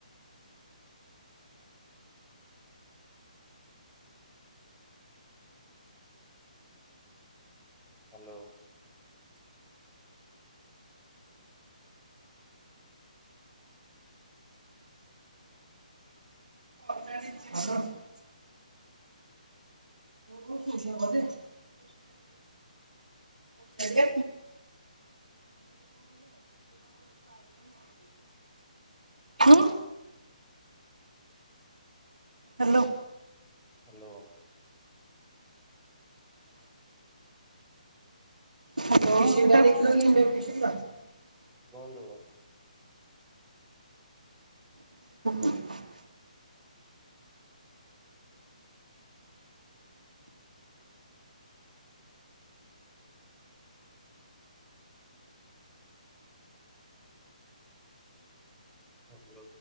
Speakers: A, in the centre; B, on the right (about 75°).
A: ହ୍ୟାଲୋ।
B: <inaudible> <unintelligible> <unintelligible> ହୁଁ। ହ୍ୟାଲୋ।
A: ହ୍ୟାଲୋ।
B: <unintelligible>
A: କୁହନ୍ତୁ
B: <inaudible>
A: ହ୍ୟାଲୋ।